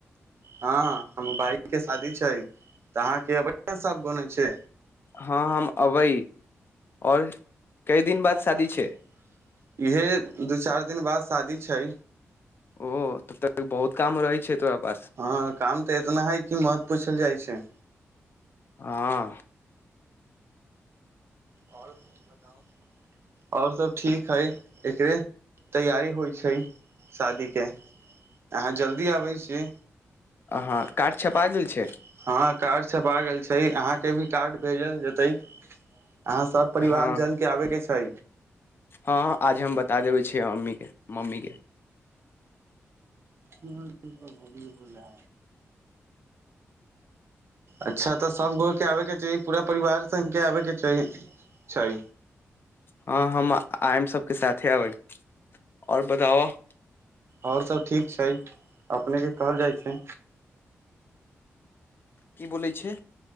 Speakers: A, on the right (about 55°); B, on the left (about 45°).
A: हँ हमर भइ के शादी छै तऽ अहाँके अबै सब छै
B: हँ हम अबै आओर कई दिन बाद
A: दाद
B: शादी
A: श
B: छै
A: इहे दू चार दिन बाद शादी छै
B: ओ तब तक बहुत काम रहै छै तोरा पास
A: हँ काम तऽ इतना है कि मत पूछल जाइ छै
B: हँ
A: आओर बताउ आओर सभ ठीक हइ एकरे तैयारी होइ छै शादीके अहाँ जल्दी आबै छीियै
B: अहाँ कार्ड
A: हँ
B: छपा गेल छै
A: कार्ड छपा गेल छै अहाँके भी कार्ड भेजल जेतै यहाँ सब परिवार
B: हँ
A: जन के आबे के छै
B: हँ आज हम बता देबै अछि मम्मीे मम्मी के
A: घमी बो है अच्छा तऽ सब गो के आबे के चाही पूरा परिवार सन के आबे के छै छै
B: हँ हम आम सबके साथे अबै आओर बताब
A: आओर सब ठीक छै अपने के कहल जाइ छै
B: की बोै छै